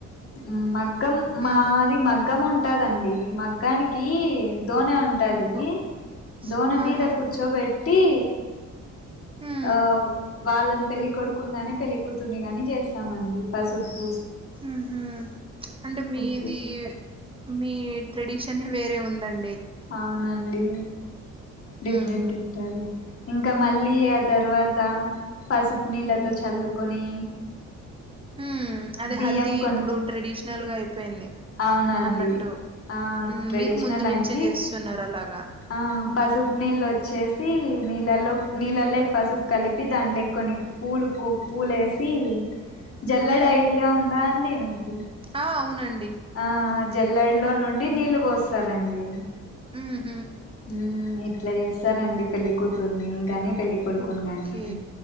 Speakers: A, on the left; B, on the right.
A: ఉమ్ మద్ గ్గం మాది
B: ఉమ్
A: మగ్గం ఉంటదండి మగ్గానికి దోనే ఉన్ ఉంటది
B: ఓకే
A: దోన
B: ఆహా
A: మీద కూర్చోబెట్టి
B: ఉమ్
A: ఆ వాళ్ళన్ పెళ్లి కొడుకున్ గాని పెళ్లి కూతుర్ని గాని చేస్తామండి పసుపు పూ
B: మ్ హ్ అంటే మీది
A: పూసి
B: మీ ట్రెడిషనే వేరే ఉందం
A: అవునండి డిఫరెంట్
B: ఉమ్
A: ఉంటది ఇంకా మళ్ళీ ఆ తర్వాత పసుపు నీళ్ళతో చల్లుకొని
B: హుమ్ అదే
A: బియ్యం
B: హల్దీ
A: కొని
B: ఇప్పుడు ట్రెడిషినల్గా అయిపోయింది
A: అవునండి
B: అన్నట్టు
A: ఆ ట్రెడిషనల్
B: మీరు ముందు నుంచే
A: అయింది
B: చేస్తున్నారు అలాగా
A: ఆ పసుపు నీళ్ళు వచ్చేసి నీళ్ళల్లో నీళ్ళల్లె
B: ఉమ్
A: పసుపు కలిప్ చెప్పి దాంట్లో కొన్ని పూలు పూ పూలేసి జల్లెడ
B: ఉమ్
A: ఐడియా ఉందా అండి మీకు
B: ఆ అవునండి.
A: ఆ జల్లడెలో నుండి నీళ్లు పోస్తరండి.
B: ఉమ్
A: ఉమ్ ఇట్ల చేస్తరండి పెళ్లి కూతుర్ని గాని పెళ్ళి కొడుకుని
B: ఓకే
A: గానీ